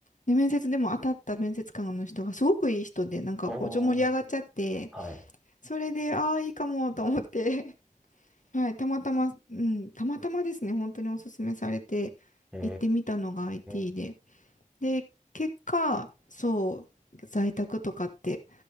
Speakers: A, on the left (about 65°); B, in the centre.
A: で、面接でも当たった面接官の人がすごくいい人で、なんかこう、
B: お
A: ちょ、盛り上がっちゃって、
B: あ、はい。
A: それで、ああ、いいかもと思ってはい、たまたま、うん、たまたまですね、本当におすすめされて行ってみたのが
B: え
A: IT
B: え、
A: で。で、結果、そう、在宅とかって